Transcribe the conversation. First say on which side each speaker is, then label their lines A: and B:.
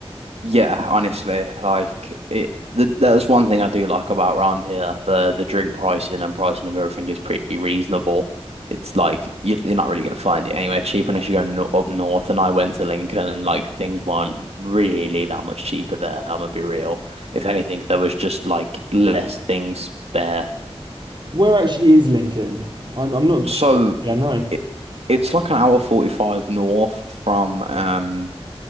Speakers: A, on the right; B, on the right.
A: Yeah, honestly, like it. Th that's one thing I do like about round here. The the drink pricing and pricing of everything is pretty reasonable. It's like you, you're not really gonna find it anywhere cheap unless you go no up north. And I went to Lincoln, and like things weren't really that much cheaper there. I'm gonna be real. If anything, there was just like less things there.
B: Where actually is Lincoln? I'm, I'm not
A: So
B: sure. Yeah, no.
A: it, it's like an hour 45 north from um